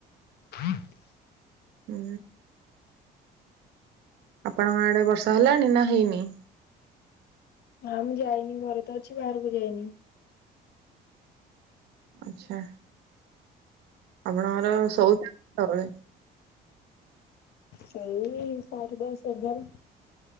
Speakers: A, on the left; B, on the right.
A: <unintelligible>
B: ହୁଁ। ଆପଣଙ୍କ ଆଡେ ବର୍ଷା ହେଲାଣି ନା ହେଇନି?
A: ନାଁ ମୁଁ ଯାଇନି ଘରେ ତ ଅଛି ବାହାରକୁ ଯାଇନି।
B: ଆଚ୍ଛା ଆପଣଙ୍କର <unintelligible>
A: ସେଇ ସାଢ଼େ ଦଶ୍ ଏଗାର।